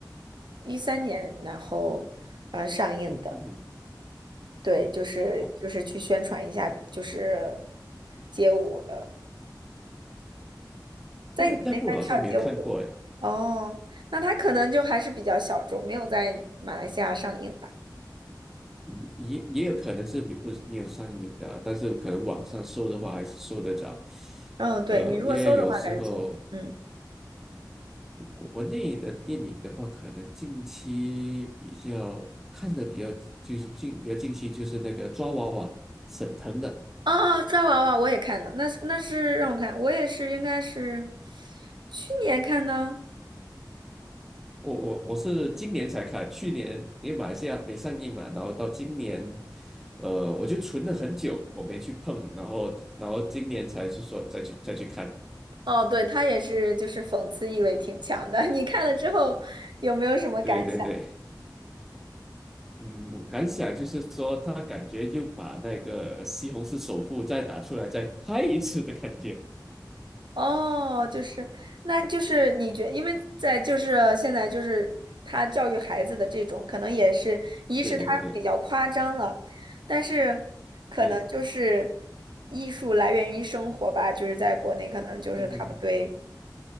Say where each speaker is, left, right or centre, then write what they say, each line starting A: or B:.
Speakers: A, on the right; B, in the centre.
A: 一三年，然后呃上映的，
B: 嗯，
A: 对，就是就是去宣传一下，
B: 哦，
A: 就是街舞的，在你那边跳街舞的
B: 那那部好像没有看过哎，
A: 哦，那他可能就还是比较小众，没有在马来西亚上映吧？
B: 也也也有可能是没不没有上映的啊但是可能网上搜的话还是搜得着。
A: 嗯，对，
B: 呃，
A: 你如果搜的话，
B: 因为有时候
A: 还是搜的，嗯，
B: 国内的电影的话，可能近期比较看的比较就是近比较近期就是那个抓娃娃沈腾的。
A: 哦哦，抓娃娃我也看了，那是那是让我看，我也是应该是去年看的。
B: 我我我是今年才看，去年因为马来西亚没上映嘛，然后到今年，呃，我就存了很久，我没去碰，然后然后今年才是说再去再去看。
A: 哦，对，他也是，就是讽刺意味挺强的。<laughs> 你看了之后有没有什么感想？
B: 对对对，嗯，我感想就是说，他感觉又把那个《西红柿首富》再拿出来再拍一次的感觉。
A: 哦，就是，那就是你觉因为在就是现在就是他教育孩子的这种，可能也是，一是他比较夸张了，
B: 对对对对
A: 但是可能就是
B: 对，
A: 艺术来源于生活吧，就是在国内可能就是他们对
B: 嗯哼哼，